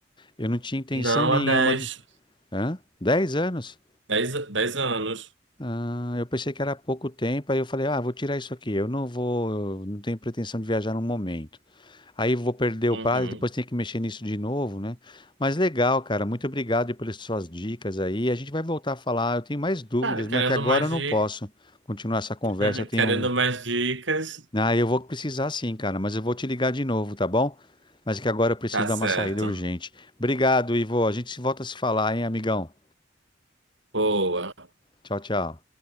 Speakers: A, on the left; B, on the right.
A: Eu não tinha intenção
B: Não
A: nenhuma
B: há dez
A: de. Hã? Dez anos?
B: dez dez anos.
A: Ah, eu pensei que era pouco tempo, aí eu falei, ah, vou tirar isso aqui. Eu não vou, não tenho pretensão de viajar no momento. Aí vou perder
B: Uhum.
A: o prazo, depois tenho que mexer nisso de novo, né? Mas legal, cara. Muito obrigado aí pelas suas dicas aí. A gente vai voltar a falar. Eu tenho mais dúvidas,
B: Cara, querendo
A: mas é que agora
B: mais
A: eu não
B: dicas,
A: posso continuar essa conversa.
B: <laughs>
A: Tem
B: querendo
A: um
B: mais dicas,
A: Ah, eu vou precisar sim, cara, mas eu vou te ligar de novo, tá bom? Mas é que agora eu preciso
B: tá
A: dar
B: certo.
A: uma saída urgente. Obrigado, Ivo. A gente se volta a se falar, hein, amigão?
B: Boa.
A: Tchau, tchau.